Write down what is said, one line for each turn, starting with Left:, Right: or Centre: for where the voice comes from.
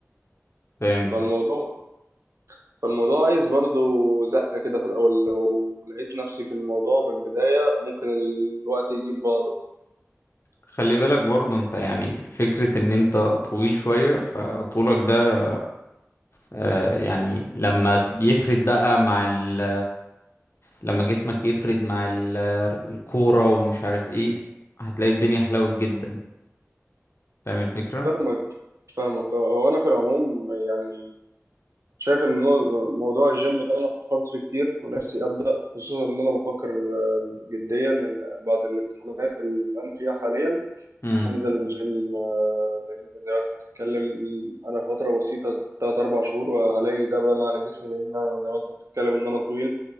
Left: فهمت
Right: فالموضوع فالموضوع عايز برضو زقه كده في الاول لو لقيت نفسي في الموضوع من البدايه ممكن الوقت يجيب بعضه
Left: خلي بالك برضه انت يعني فكرة ان انت طويل شوية فطولك ده آه، يعني لما يفرد بقى مع ال لما جسمك يفرد مع ال- الكورة ومش عارف ايه هتلاقي الدنيا حلوت جدا فاهم الفكرة؟
Right: فاهمك فاهمك آه، وانا في العموم يعني شايف ان نوع- موضوع الجيم ده انا فكرت فيه كتير ونفسي ابدا خصوصا ان انا بفكر آه، جديا ان بعد الامتحانات اللي انا فيها حاليا
Left: امم
Right: انزل الجيم آه، لان زي ما انت بتتكلم انا فتره بسيطه 3 4 شهور وهلاقي ده بان على جسمي لان انا زي ما انت بتتكلم ان انا طويل